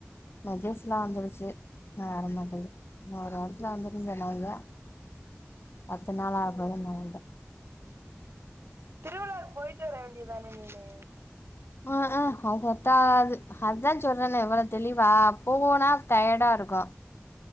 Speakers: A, on the left; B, on the right.
A: மெசேஜ் எல்லா
B: ம்
A: வந்துருச்சு
B: ம்
A: நா வர மாட்டேது ஒரு வாரத்துல வந்துருன்னு சொன்னாங்க பத்து நாள் <unintelligible>
B: திருவிழாவுக்கு போயிட்டு வர வேண்டியதுதானே நீனு
A: ஆ ஆ ஆதத்தா ஆகாது அதா சொல்றேன்னு இவ்ளோ தெளிவா போனா டயர்டா இருக்கு